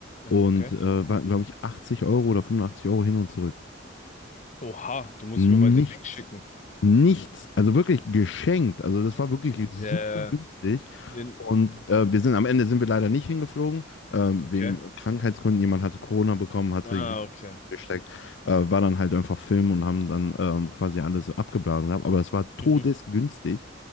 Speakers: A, on the left; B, on the left.
A: aha,
B: Und
A: okay.
B: äh, waren, glaube ich, 80 Euro oder 85 Euro hin und zurück.
A: Oha, du musst
B: Nichts.
A: mir mal den Link schicken.
B: Nichts. Also wirklich geschenkt. Also das war wirklich
A: Der,
B: super günstig.
A: den,
B: Und äh, wir sind am Ende sind wir leider nicht hingeflogen, ähm,
A: okay.
B: wegen Krankheitsgründen. Jemand hatte Corona bekommen, hatte
A: Ah,
B: jemand
A: okay.
B: gesteckt, äh, war dann halt einfach Film und haben dann ähm, quasi alles abgeblasen gehabt. Aber es war todesgünstig.
A: Mhm.